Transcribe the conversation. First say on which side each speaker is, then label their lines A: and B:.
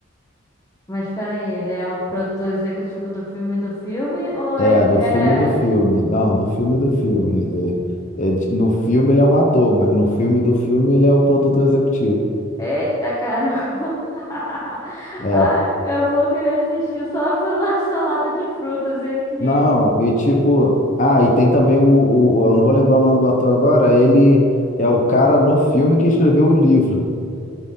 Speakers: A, on the left (about 15°); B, on the left (about 35°).
A: Mas espera aí, ele é o produtor executivo do filme do filme ou
B: É,
A: ele
B: do filme
A: é...
B: do filme. Não, do filme do filme. É, é, no filme ele é um ator, mas no filme do filme ele é o produtor executivo.
A: Eita caramba! <laughs>
B: É,
A: Ai, eu vou querer assistir só pela <laughs> salada de frutas aqui.
B: Não, e tipo, ah, e tem também o, o- o- eu não vou lembrar o nome do ator agora, ele é o cara no filme que escreveu o livro,